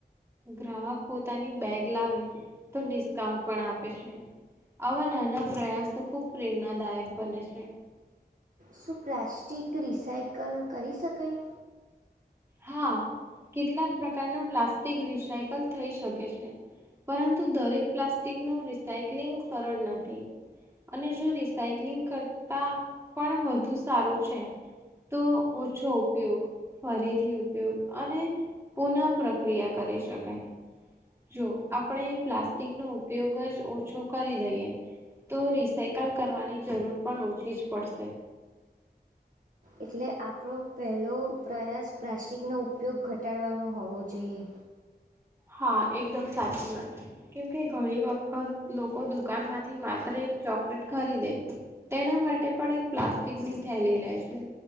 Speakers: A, on the right (about 15°); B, on the right (about 50°).
A: ગ્રાહક પોતાની બેગ લાવે. તો ડિસ્કાઉન્ટ પણ આપે છે. આવા નાના પ્રયાસો ખુબ પ્રેરણાદાયક બને છે.
B: શું પ્લાસ્ટિક રિસાયકલ કરી શકાય?
A: હા, કેટલાક પ્રકારનું પ્લાસ્ટિક રિસાયકલ છે? પરંતુ દરેક પ્લાસ્ટિક નું રિસાયક્લિંગ સરળ નથી. અને જો રિસાયક્લિંગ કરતા પણ વધુ સારું છે. તો ઓછો ઉપયોગ ફરી. ઉપયોગ અને પુનઃ પ્રક્રિયા શકાય. જો આપણે પ્લાસ્ટિકનોો ઉપયોગ જ ઓછો કરી દઈએ. તો રિસાયકલ કરવાની જરૂર પણ ઓછી જ પડશે.
B: એટલે આપણો પહેલો પ્રયાસ પ્લાસ્ટિકનો ઉપયોગ ઘટાડવાનો હોવો જોઈએ.
A: હા, એકદમ સાચી વાત. કેમ કે, ઘણી વખત લોકો દુકાન માંથી માત્ર એક ચોકલેટ ખરીદે. તેના માટે પણ એક પ્લાસ્ટિકની થેલી લે છે.